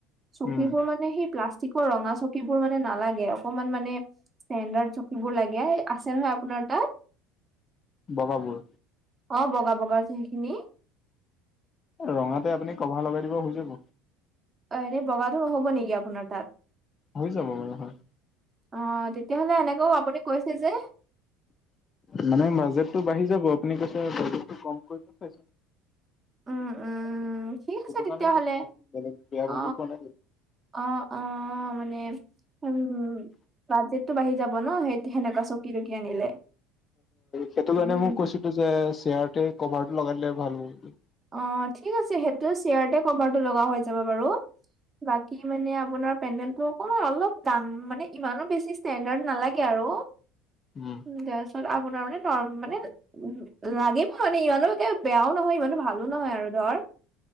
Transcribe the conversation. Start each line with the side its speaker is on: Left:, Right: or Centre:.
Right: চকীবোৰ
Left: উম
Right: মানে সেই প্লাষ্টিকৰ ৰঙা চকীবোৰ মানে নালাগে। অকনমান মানে ষ্টেণ্ডাৰ্ড চকীবোৰ লাগে, আছে নহয় আপোনাৰ তাত।
Left: বগাবোৰ।
Right: অ বগা বগা যে যোনখিনি
Left: ৰঙাতে আপুনি কভাৰ লগাই দিব হৈ যাব।
Right: অ এনেই বগাতো নহ'ব নেকি আপোনাৰ তাত।
Left: হৈ যাব বাৰু হয়।
Right: অ তেতিয়াহলে এনেকেও আপুনি কৈছে যে।
Left: মানে বাজেটটো বাঢ়ি যাব আপুনি কৈছে বাজেটো কম কৰি চাই
Right: উম উম। ঠিক আছে
Left: সেইটো
Right: তেতিয়াহ'লে।
Left: কাৰণে কৈছো বেলেগ বেয়া
Right: অ',
Left: ভাবি কোৱা নাই।
Right: অ অ মানে উম। বাজেটটো বাঢ়ি যাব ন সেই সেনেককা চকী কি আনিলে।
Left: সেইটো
Right: উম,
Left: কাৰণে মই কৈছিলো যে চেয়াৰট কভাৰটো লগাই দিলে ভাল হ'ব বুলি।
Right: অ ঠিক আছে সেইটো চেয়াৰতে কভাৰটো লগা হৈ যাব বাৰু বাকী মানে আপোনাৰ পেন্ডেলটো অকমান অলপ দাম মানে ইমানো বেছি ষ্টেণ্ডাৰ্ড নালাগে আৰু।
Left: উম।
Right: তাৰ পাছত আপোনাৰ মানে ন মানে লাগিব মানে ইমানো একে বেয়াও নহয়, ইমানো ভাল <unintelligible> লো আৰু ধৰ